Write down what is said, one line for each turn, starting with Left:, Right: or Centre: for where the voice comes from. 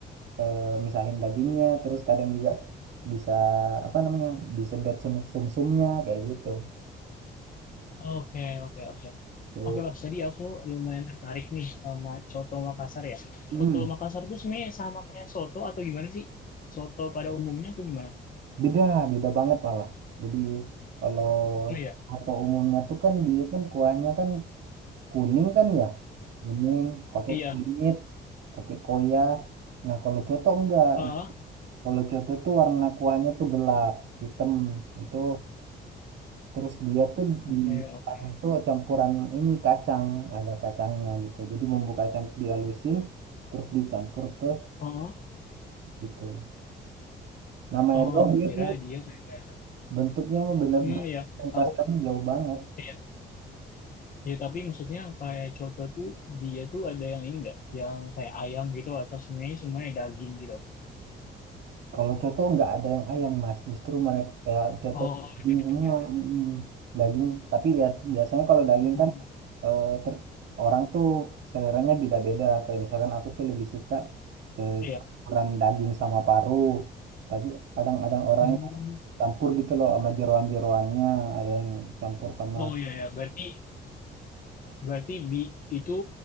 Right: eh, misahin dagingnya, terus kadang juga bisa apa namanya? disedot sum- sum-sumnya kayak gitu.
Left: Oke oke oke.
Right: Terus
Left: Oke Mas, tadi aku lumayan tertarik nih sama coto Makassar ya.
Right: Hmm.
Left: Coto Makassar itu sebenarnya sama kayak soto atau gimana sih? Soto pada umumnya atau gimana?
Right: Beda, beda banget malah. Jadi kalau
Left: Oh iya,
Right: apa umumnya tuh kan dia kan kuahnya kan kuning kan ya, kuning pakai
Left: iya.
Right: kunyit, pakai koya. Nah kalau coto enggak,
Left: Ah,
Right: kalau coto tuh warna kuahnya tuh gelap, hitam itu. Terus dia tuh di
Left: oke oke.
Right: kuahnya tuh campuran ini kacang, ada kacangnya gitu. Jadi bumbu kacang tuh dihalusin, terus dicampur ke
Left: Oh,
Right: gitu. Namanya
Left: oh,
Right: doang
Left: aku
Right: mirip,
Left: kira dia kayak
Right: Bentuknya mah bener-bener
Left: Hmm, ya,
Right: perasaan
Left: aku
Right: jauh banget.
Left: iya. Ya, tapi maksudnya kayak coto tuh dia tuh ada yang ini enggak, yang kayak ayam gitu atau semuanya semuanya daging gitu.
Right: Kalau coto nggak ada yang ayam mas, justru mereka ya coto
Left: Oh,
Right: daging semua,
Left: iya.
Right: mm, daging. Tapi ya biasanya kalau daging
Left: Hmm,
Right: kan eh, ter- orang tuh seleranya beda-beda. Kayak misalkan aku tuh lebih suka eh,
Left: iya.
Right: campuran daging sama paru. Tapi kadang-kadang orang
Left: Hmm.
Right: campur gitu loh sama jeroan-jeroannya, ada yang campur sama
Left: Oh iya ya, berarti berarti di itu